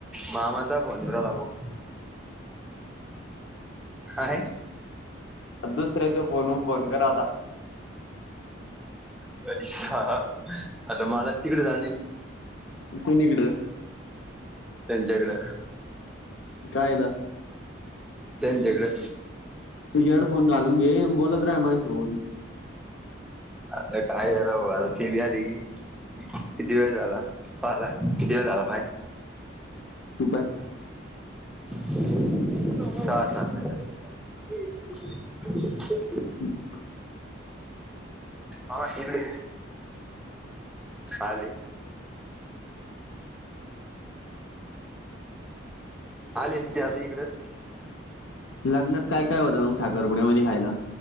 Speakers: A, in the centre; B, on the left.
A: मामाचा फोन इवरा लागो हा..
B: दुसऱ्याच्या फोनवरून फोन करा आता.
A: प आता मलाज तिकडे जाण
B: कोणीकडं...
A: त्यांच्याकड
B: कायला?
A: त्यांच्याकडे.
B: तू हेडफोन घालून घे बोलत रहा माझ सोबत.
A: आता काय करा आता ब आली की किती वेळ झाला पाला पायड
B: तू काय
A: ह
B: हम्...
A: ह इगडे आली. आली ती इकडेच.
B: लग्नात काय काय होतं मग साखरपुड्यामध्येखायला.